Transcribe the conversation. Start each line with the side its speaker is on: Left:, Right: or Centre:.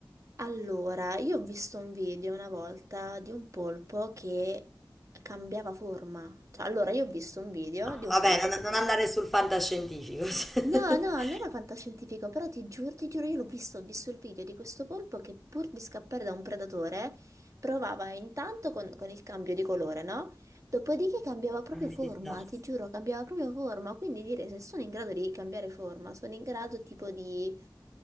Right: Allora, io ho visto un video una volta di un polpo che cambiava forma. Cioè, allora, io ho visto un video
Centre: Ah,
Right: di un polpo
Centre: Vabbè,
Right: che
Centre: non, non andare sul fantascientifico.
Right: No,
Centre: <laughs>
Right: no, non era fantascientifico, però ti giuro, ti giuro, io l'ho visto, ho visto il video di questo polpo che pur di scappare da un predatore provava intanto con, con il cambio di colore, no? Dopodiché cambiava proprio
Centre: A mimetizzarsi.
Right: forma, ti giuro, cambiava proprio forma, quindi dire se sono in grado di cambiare forma, sono in grado tipo di...